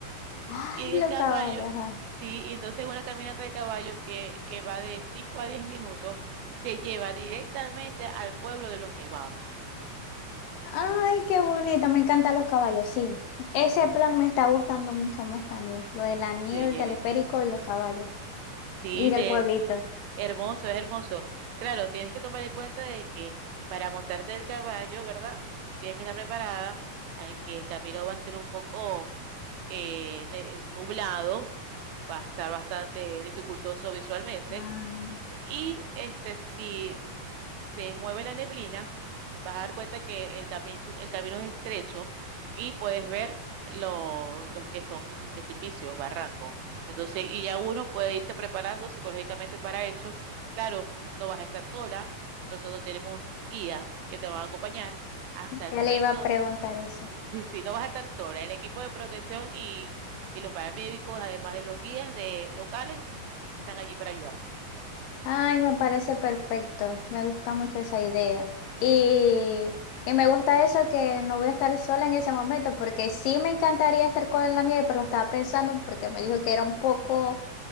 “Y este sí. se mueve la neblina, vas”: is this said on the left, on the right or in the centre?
Right